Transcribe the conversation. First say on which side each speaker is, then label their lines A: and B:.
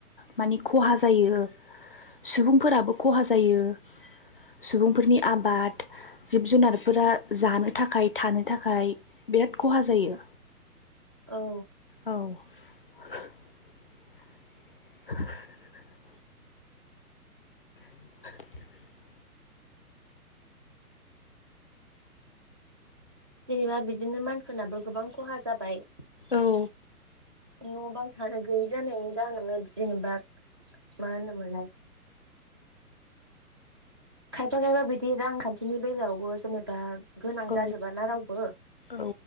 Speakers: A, on the left; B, on the right.
A: माने खहा जायो सुबुंफोराबो खहा जायो सुबुंफोरनि आबाद जिब जुनारफोरा जानो थाखाय थानो थाखाय बिराद खहा जायो
B: औ
A: औ <inaudible> <inaudible>
B: जेनेबा बिदिनो मानसिफोरनाबो गोबां खहा जाबाय
A: औ
B: न' बां थानो गैयि जानायनि जाहोनावनो जेनेबा मा होनोमोनलाय खायफा खायफा बिदि रांखान्थिनि बेलायावबो जेनेबा गोनां
A: औ
B: जाजोबाना रावबो
A: औ